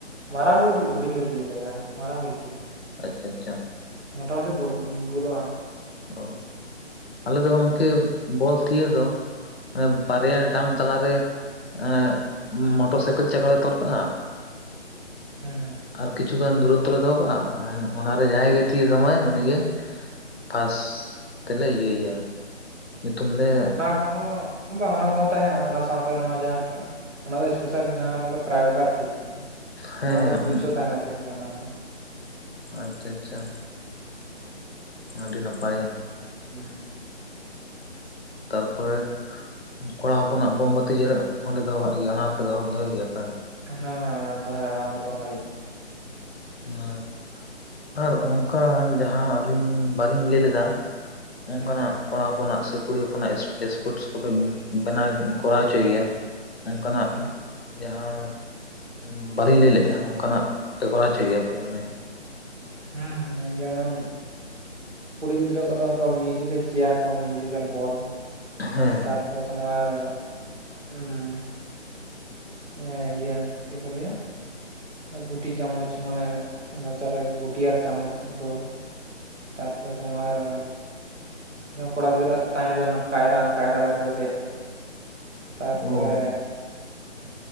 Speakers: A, on the right; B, on the left.
A: ᱢᱟᱨᱟᱝ ᱜᱩᱞᱠᱤ ᱜᱮ, ᱦᱩᱰᱤᱧ ᱜᱩᱞᱠᱤᱧ ᱫᱚ ᱪᱮᱜ ᱞᱮᱠᱟ? ᱢᱟᱨᱟᱝ ᱜᱩᱞᱠᱤ᱾
B: ᱟᱪᱼᱪᱷᱟ ᱟᱪᱪᱷᱟ᱾
A: ᱢᱚᱴᱟ ᱢᱩᱴᱤ ᱜᱩᱞ ᱜᱩᱞᱩᱜᱼᱟ᱾
B: ᱚ ᱟᱞᱮ ᱫᱚ ᱜᱚᱝᱠᱮ ᱵᱚᱞ ᱛᱷᱤᱭᱟᱹ ᱫᱚ ᱢᱟᱱᱮ
A: ᱦᱩᱸ
B: ᱵᱟᱨᱭᱟ ᱰᱟᱝᱼᱼ ᱛᱟᱞᱟᱨᱮ ᱮᱸ ᱢᱚᱴᱚᱨ ᱥᱟᱭᱠᱮᱞ ᱪᱟᱠᱟ ᱞᱮ ᱛᱚᱞ ᱠᱟᱜᱼᱟ᱾
A: ᱦᱩᱸ ᱦᱩᱸ᱾
B: ᱟᱨ ᱠᱤᱪᱷᱩ ᱜᱟᱱ ᱫᱩᱨᱚᱛᱛᱚ ᱨᱮ ᱫᱚᱦᱚ ᱠᱟᱜᱼᱟ ᱚᱱ ᱚᱱᱟᱨᱮ ᱡᱟᱦᱟᱸᱭ ᱜᱮ ᱛᱷᱤᱭᱟᱹ ᱥᱟᱢᱵᱟᱣᱟᱭ ᱩᱱᱤᱜᱮᱼᱼ ᱯᱷᱟᱥ ᱛᱮᱞᱮ ᱤᱭᱟᱹᱭᱮᱭᱟ᱾ ᱧᱩᱛᱩᱢ ᱞᱮ
A: ᱦᱚᱸ ᱚᱱᱟ ᱠᱚᱦᱚᱸ ᱵᱟᱝ ᱚᱱᱟ ᱠᱚᱦᱚᱸ ᱛᱟᱦᱮᱸᱱᱟ, ᱚᱱᱟ ᱥᱟᱶᱛᱮ ᱱᱚᱣᱟ ᱡᱟᱦᱟᱸ ᱴᱟᱜᱼᱼ ᱚᱱᱟ ᱫᱚ ᱮᱥᱯᱮᱥᱟᱞ ᱡᱟᱦᱟᱸ ᱴᱨᱟᱭᱵᱮᱠᱟᱨ ᱛᱷᱤᱭᱟᱹ ᱟᱨᱼᱼ
B: ᱦᱮᱸ
A: ᱚᱱᱟ ᱫᱚ ᱯᱩᱭᱥᱟᱹ
B: ᱦᱮᱸ
A: ᱛᱟᱦᱮᱸᱱᱟ ᱥᱤᱨᱯᱷᱟᱹ ᱚᱱᱟ ᱨᱮ ᱫᱚ᱾
B: ᱟᱪᱼᱪᱷᱟ ᱟᱪᱪᱷᱟ, ᱟᱹᱰᱤ ᱱᱟᱯᱟᱭ᱾
A: ᱦᱩᱸ ᱾
B: ᱛᱟᱨᱯᱚᱨᱮ ᱠᱚᱲᱟ ᱦᱚᱯᱚᱱᱟᱜ ᱵᱚᱢᱼᱵᱟᱹᱛᱤ ᱡᱮᱨᱮᱫ ᱦᱚᱸ ᱞᱮ ᱫᱚᱦᱚ ᱠᱟᱜ ᱜᱮᱭᱟ᱾ ᱚᱱᱟ ᱦᱚᱸ ᱯᱮ ᱫᱚᱦᱚ ᱫᱚᱦᱚᱭ ᱜᱮᱭᱟ ᱯᱮ?
A: ᱦᱮᱸ ᱫᱚᱦᱚ, ᱚᱱᱟ ᱠᱚ ᱫᱚᱦᱚᱭᱼᱼ
B: ᱟᱨ, ᱟᱨ ᱚᱱᱠᱟ ᱡᱟᱦᱟᱸ ᱟᱹᱞᱤᱧ ᱵᱟᱹᱞᱤᱧ ᱞᱟᱹᱭ ᱞᱮᱫᱟ᱾ ᱚᱱᱠᱟᱱᱟᱜ
A: ᱦᱩᱸ
B: ᱠᱚᱲᱟ ᱦᱚᱯᱚᱱᱟᱜ ᱥᱮ ᱠᱩᱲᱤ ᱦᱚᱯᱚᱱᱟᱜ ᱮᱥ ᱮᱥᱯᱚᱴᱥ ᱠᱚᱯᱮ ᱵᱮᱱᱟᱣ ᱠᱚᱨᱟᱣ ᱦᱚᱪᱚᱭ ᱜᱮᱭᱟ? ᱚᱱᱠᱟᱱᱟᱜ
A: ᱦᱩᱸ
B: ᱡᱟᱦᱟᱸ ᱵᱟᱹᱞᱤᱧ ᱞᱟᱹᱭ ᱞᱮᱜᱼᱟ, ᱚᱱᱠᱟᱱᱟᱜ ᱯᱮ ᱠᱚᱨᱟᱣᱼᱼ ᱦᱚᱪᱚᱭ ᱜᱮᱭᱟᱯᱮ ᱢᱟᱱᱮ?
A: ᱦᱩᱸ ᱦᱩᱸ ᱡᱮᱢᱚᱱᱼᱼ ᱠᱩᱲᱤ ᱜᱤᱫᱽᱨᱟᱹ ᱠᱚ ᱫᱚ ᱚᱱᱠᱟ ᱢᱤᱭᱩᱡᱤᱠᱮᱞ ᱪᱮᱭᱟᱨ ᱠᱚ ᱢᱤᱭᱩᱡᱤᱠᱮᱞ ᱵᱚᱞᱼᱼ
B: ᱦᱮᱸᱻ᱾
A: <unintelligible> ᱛᱚ ᱟᱨ ᱩᱸᱻᱼᱼ ᱟᱱᱟᱹ ᱤᱭᱟᱹ ᱪᱮᱜ ᱠᱚ ᱞᱟᱹᱭᱟ? ᱜᱩᱴᱤ ᱪᱟᱢᱚᱪ ᱢᱟᱱᱮ ᱢᱚᱪᱟᱨᱮ ᱜᱩᱴ ᱟᱨ ᱪᱟᱢᱚᱪ ᱫᱚᱼᱼ ᱛᱟᱨᱯᱚᱨ ᱛᱚ ᱟᱨ? ᱤᱱᱟᱹ ᱠᱚᱲᱟ ᱜᱤᱫᱽᱨᱟᱹ ᱦᱟᱜ ᱛᱟᱦᱮᱸ ᱞᱮᱱᱟ ᱠᱟᱭᱨᱟ, ᱠᱟᱭᱨᱟ ᱫᱟᱨᱮ ᱨᱮ ᱫᱮᱜ᱾ ᱛᱟᱨᱯᱚᱨᱮ
B: ᱚ